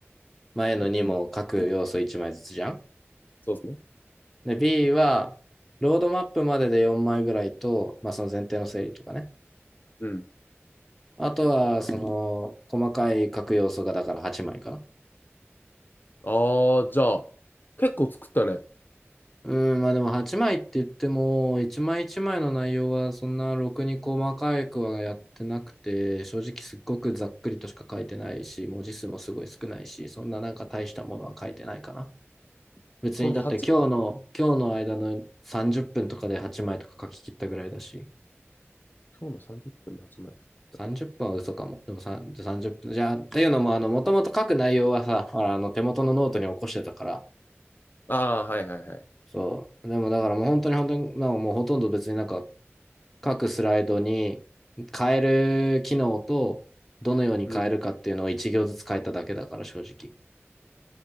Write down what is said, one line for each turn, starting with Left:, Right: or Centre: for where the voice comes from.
Centre: まあ A の2も各要素1枚ずつじゃん。
Left: うん、そうですね。
Centre: で、B は、ロードマップまでで4枚ぐらいと、まあその前提の整理とかね。
Left: うん。
Centre: あとは、その、細かい書く要素がだから8枚かな。
Left: ああ、じゃあ、結構作ったね。
Centre: うん、まあでも8枚って言っても、1枚1枚の内容はそんなろくに細かくはやってなくて、正直すっごくざっくりとしか書いてないし、文字数もすごい少ないし、そんななんか大したものは書いてないかな。別にだって今日の、
Left: その8、
Centre: 今日の間の30分とかで8枚とか書き切ったぐらいだし、
Left: 今日の30分で8枚た。
Centre: 30分は嘘かも。でもさ30分。じゃあ、っていうのも、あの、もともと書く内容はさ、ほら、あの、手元のノートに起こしてたから、
Left: ああ、はいはいはい。
Centre: そう。でもだからもう本当に本当に、なんかもうほとんど別になんか各スライドに変える機能とどのように変えるかっていうのを1行ずつ変えただけだから正直。
Left: うん。